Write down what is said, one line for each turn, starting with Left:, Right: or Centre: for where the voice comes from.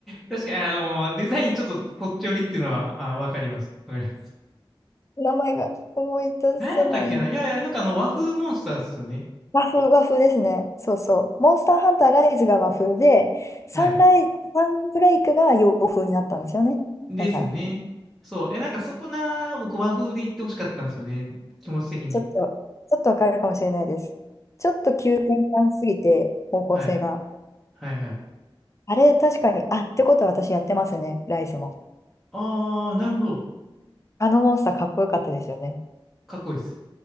Centre: 確かに、あの、デザインちょっとそっち寄りっていうのは、あ、わかります。わかります。
Left: 名前が思い出せない。
Centre: 何やったっけな。いやいや、なんかあの、和風モンスターっすよね。
Left: 和風、和風ですね。そうそう。モンスターハンターライズが和風で、サンライ、
Centre: はい。
Left: サンブレイクが洋風になったんですよね。
Centre: ですね。
Left: だから、
Centre: そう。え、なんかそこな、僕和風で言ってほしかったんですよね。気持ち的に。
Left: ちょっと、ちょっとわかるかもしれないです。ちょっと急転換すぎて、方向性が。
Centre: はい。はいはい。
Left: あれ、確かに、あ、ってことは私やってますね、ライズも。
Centre: ああ、なるほど。
Left: あのモンスターかっこよかったですよね。
Centre: かっこいいです。